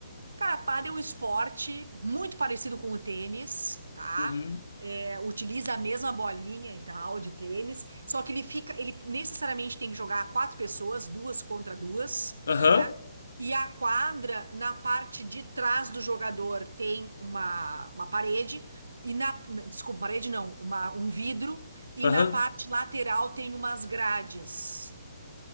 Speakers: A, on the right; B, on the left.
A: Cara, pádel é um esporte muito parecido com o tênis, tá?
B: Uhum.
A: é, utiliza a mesma bolinha e tal de tênis, só que ele fica, ele necessariamente tem que jogar quatro pessoas, duas contra duas,
B: Aham.
A: né? E a quadra, na parte de trás do jogador, tem uma, uma parede, e na, n- desculpa, parede não, uma, um vidro, e
B: Aham.
A: na parte lateral tem umas grades.